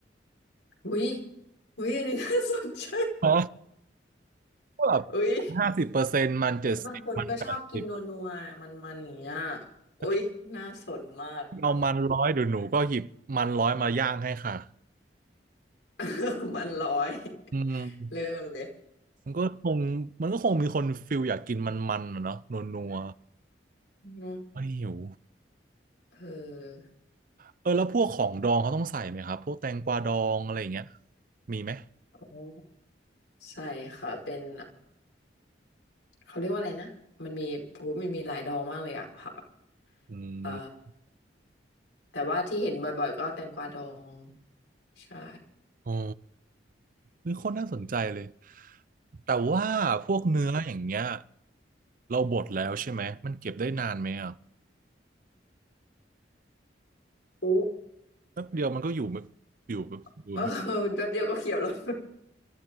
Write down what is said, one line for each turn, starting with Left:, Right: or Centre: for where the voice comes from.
Left: อุ้ยอุ้ยอันนี้น่าสนใจ
Right: อ๋อแบบ
Left: อุ้ย
Right: ห้าสิบเปอร์เซ็นต์มันเจ็ดสิบมันแปดสิบ
Left: เออบางคนก็ชอบกินนัวๆมันๆอย่างเงี้ย
Right: ถ้าพี่
Left: อุ้ยน่าสนมาก
Right: เอามันร้อยเดี๋ยวหนูก็หยิบมันร้อยมาย่างให้ค่ะ
Left: <laughs> มันร้อย
Right: อืม
Left: เริ่มเลย
Right: มันก็คงมันก็คงมีคนฟิลอยากกินมันๆอะเนาะนัว
Left: อืม
Right: ๆไม่หิว
Left: เออ
Right: เออแล้วพวกของดองเขาต้องใส่ไหมครับพวกแตงกวาดองอะไรอย่างเงี้ยมีไหม
Left: อ๋อใช่ค่ะเป็น เขาเรียกว่าอะไรนะมันมีโอ้โหมันมีหลายดองมากเลยอะผักอะ
Right: อืม
Left: เอ่อแต่ว่าที่เห็นบ่อยๆก็แตงกวาดองใช่
Right: อ๋อนี่โคตรน่าสนใจเลย แต่ว่าพวกเนื้ออย่างเงี้ยเราบดแล้วใช่ไหม มันเก็บได้นานไหมอ่ะ
Left: อุ๊
Right: แป๊บเดียวมันก็อยู่ไม่อยู่แบบอยู่ไม่
Left: <laughs> เออแป๊บเดียวก็เขียวแล้ว